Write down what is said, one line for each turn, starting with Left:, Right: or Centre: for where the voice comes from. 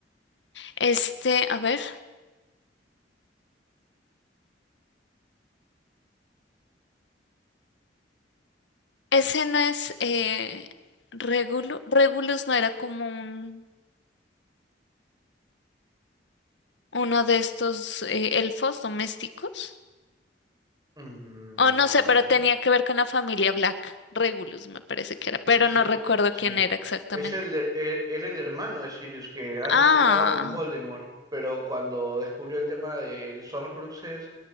Left: este, a ver. Ese no es eh, Regulus. Regulus no era como un, uno de estos eh, elfos domésticos.
Right: Mm,
Left: O no
Right: No.
Left: sé, pero tenía que ver con la familia Black. Regulus me parece que era, pero
Right: Sí,
Left: no recuerdo
Right: sí.
Left: quién era exactamente.
Right: Es el, e- e, era el hermano de Sirius, que antes
Left: Ah,
Right: estaba con Voldemort, pero cuando descubrió el tema de los horrocruxes